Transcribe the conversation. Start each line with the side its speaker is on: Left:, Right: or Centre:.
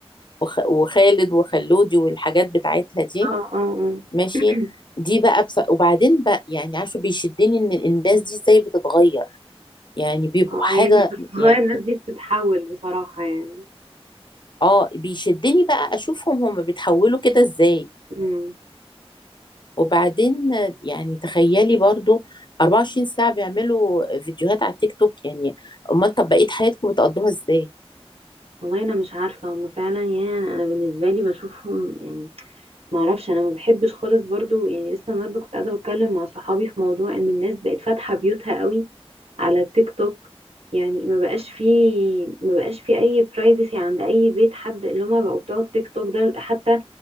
Left: وخ... وخالد وخلودي والحاجات بتاعتها دي
Right: اه اه اه
Left: ماشي
Right: <clears throat>
Left: دي بقى بس... وبعدين بقى يعني عارفه بيشدني ان الناس دي ازاي بتتغير يعني بيبقوا
Right: اه
Left: حاجه
Right: هي مش بتتغير
Left: يعني
Right: الناس دي بتتحول بصراحة يعني
Left: اه بيشدني بقى اشوفهم هم بيتحولوا كده ازاي
Right: امم
Left: وبعدين آه، يعني تخيلي برضو 24 ساعه بيعملوا فيديوهات على التيك توك يعني امال طب بقيه حياتكم بتقضوها ازاي
Right: والله انا مش عارفة هما فعلا يعني انا بالنسبة لي بشوفهم يعني معرفش انا ما بحبش خالص برضو يعني لسه النهارده كنت قاعده بتكلم مع صحابي في موضوع ان الناس بقت فاتحه بيوتها قوي على التيك توك يعني ما بقاش فيه ما بقاش فيه اي برايفسي عند اي بيت حد اللي هما بقوا بتوع التيك توك ده حتى